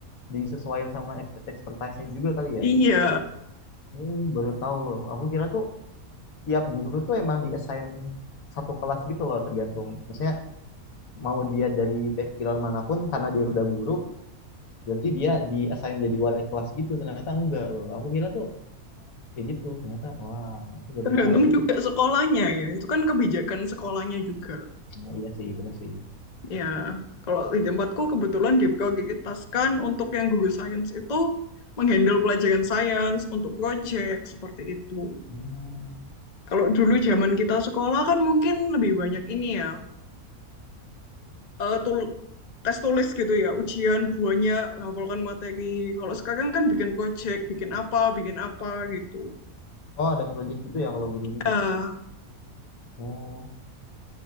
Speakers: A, on the left; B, on the left.
A: disesuaikan sama ex- expertise-nya juga kali ya?
B: Iya,
A: Hmm, baru tahu. Aku kira tuh tiap guru tuh emang diassign satu kelas gitu loh tergantung. Maksudnya mau dia dari background manapun karena dia udah guru, berarti dia diassign jadi wali kelas gitu. Ternyata enggak loh. Aku kira tuh kayak gitu ternyata wah aku baru
B: tergantung
A: tahu
B: juga sekolahnya ya. Itu kan kebijakan sekolahnya juga.
A: Oh, iya sih bener sih
B: Ya, kalau di tempatku kebetulan diprioritaskan untuk yang guru sains itu menghandle pelajaran sains untuk project seperti itu.
A: Hmm.
B: Kalau dulu zaman kita sekolah kan mungkin lebih banyak ini ya, eh, tul tes tulis gitu ya, ujian buahnya hafalkan materi. Kalau sekarang kan bikin project, bikin apa, bikin apa gitu.
A: oh ada project gitu ya kalau guru juga
B: Ah,
A: oh